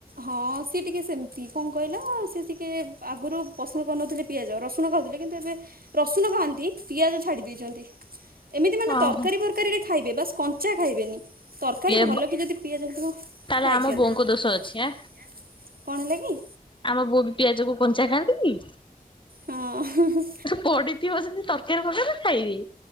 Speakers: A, on the right; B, on the left.
A: ହଁ ସିଏ ଟିକେ ସେମ୍ ତି କଣ କହିଲ ସିଏ ଟିକେ ଆଗରୁ ପସନ୍ଦ କରୁନଥିଲେ ପିଆଜ ରସୁଣ ଖାଉଥିଲେ କିନ୍ତୁ ଏବେ ରସୁଣ ଖାଆନ୍ତି ପିଆଜ ଛାଡ଼ି ଦେଇଚନ୍ତି। ଏମିତି ମାନେ
B: ଓହୋ।
A: ତରକାରୀ ଫର୍ କାରୀରେ ଖାଇବେ ବା ସ୍ କଞ୍ଚା ଖାଇବେନି। ତରକାରୀ
B: ଏ
A: ଭଲ କି ଯଦି ପିଆଜ ହେଇଥିବ
B: ତାହେଲେ
A: ଖାଇଦିଅନ୍ତି।
B: ଆମ ବୋଉଙ୍କ
A: ୟା
B: ଦୋଷ ଅଛି ଆଁ।
A: କଣ ହେଲା କି?
B: ଆମ ବୋଉ ବି ପିଆଜ କୁ କଞ୍ଚା ଖାଆନ୍ତି କି?
A: ହଁ ହୁଁ ହୁଁ।
B: ପଡିଥିବ ଜଦି ତରକାରୀ ଫକାରୀ ଖାଇବି।